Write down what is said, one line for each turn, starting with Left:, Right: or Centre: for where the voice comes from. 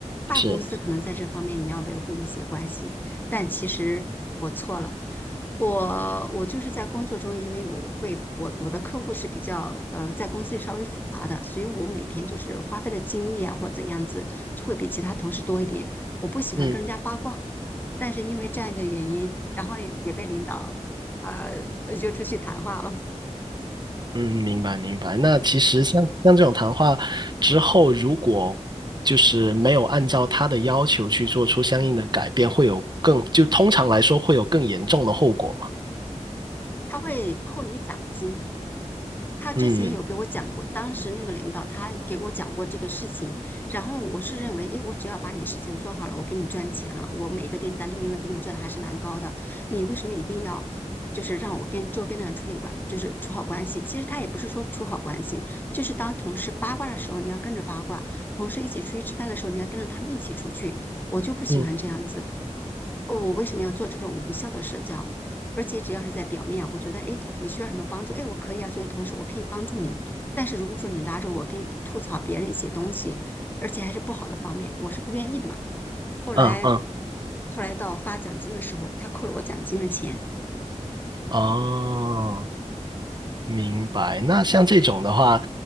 Left: 大公司可能在这方面你要维护一些关系，
Right: 是，
Left: 但其实我错了。我我就是在工作中，因为我会我我的客户是比较呃在公司里稍微复杂的，所以我每天就是花费的精力啊或怎样子会比其他同事多一点。我不喜欢跟人家八卦，
Right: 嗯
Left: 但是因为这样一个原因，然后也也被领导呃约出去谈话了，
Right: 嗯，明白明白。那其实像像这种谈话之后，如果就是没有按照他的要求去做出相应的改变，会有更，就通常来说会有更严重的后果嘛？
Left: 他会扣你奖金。他之前有给我讲过，
Right: 嗯
Left: 当时那个领导他给我讲过这个事情，然后我是认为，诶，我只要把你事情做好了，我给你赚钱了，我每个订单的利润给你赚的还是蛮高的，你为什么一定要就是让我跟周边的人处理关，就是处好关系？其实他也不是说处好关系，就是当同事八卦的时候，你要跟着八卦；同事一起出去吃饭的时候，你要跟着他们一起出去。我就不喜欢这样子，
Right: 嗯
Left: 哦我为什么要做这种无效的社交？而且只要是在表面，我觉得，哎，你需要什么帮助？哎，我可以啊，作为同事，我可以帮助你。但是如果说你拉着我跟吐槽别人一些东西，而且还是不好的方面，我是不愿意的嘛。后来，
Right: 嗯嗯，
Left: 后来到发奖金的时候，他扣了我奖金的钱，
Right: 哦，明白。那像这种的话，